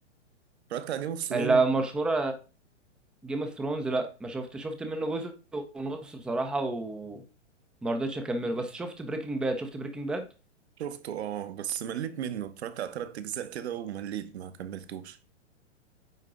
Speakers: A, on the right; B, in the centre.
A: اتفرجت على جيم اوف ثرونز
B: اللي مشهوره جيم اوف ثرونز لا ما شفت شفت منه جزء ونص بصراحه وما رضيتش اكمله بس شفت بريكنج باد شفت بريكنج باد
A: شفته اه بس مليت منه اتفرجت على تلات اجزاء كده ومليت ما كملتوش